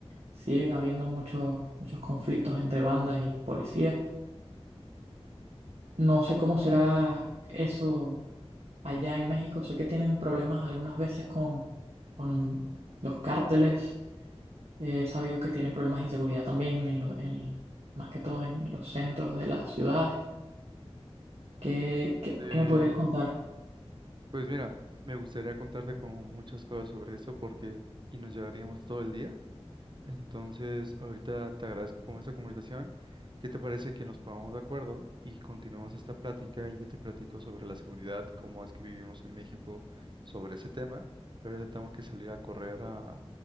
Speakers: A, on the right; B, on the right.
A: siguen habiendo muchos, muchos conflictos entre bandas y policías. No sé cómo será eso allá en México. Sé que tienen problemas algunas veces con, con los cárteles. He sabido que tienen problemas de inseguridad también, en lo- en- más que todo en los centros de las ciudades. ¿Qué, qué,
B: Eh,
A: qué me podrías contar?
B: pues mira, me gustaría contarte como muchas cosas sobre eso porque y nos llevaríamos todo el día Entonces, ahorita te agradezco como esta conversación. ¿Qué te parece que nos pongamos de acuerdo y continuemos esta plática? Y ya te platico sobre la seguridad y cómo es que vivimos en México sobre ese tema, pero ahorita tengo que salir a correr a